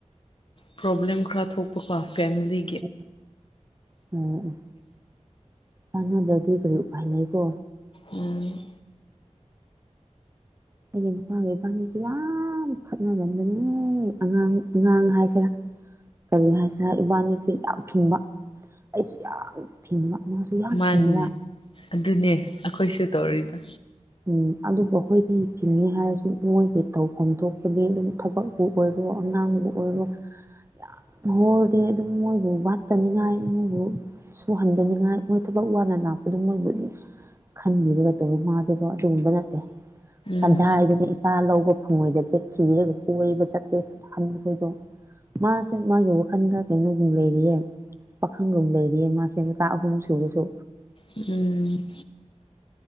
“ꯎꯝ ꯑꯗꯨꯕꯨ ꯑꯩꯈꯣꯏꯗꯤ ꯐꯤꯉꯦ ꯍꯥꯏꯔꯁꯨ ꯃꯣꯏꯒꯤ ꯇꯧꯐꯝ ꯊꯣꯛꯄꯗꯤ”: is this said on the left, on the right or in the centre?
Right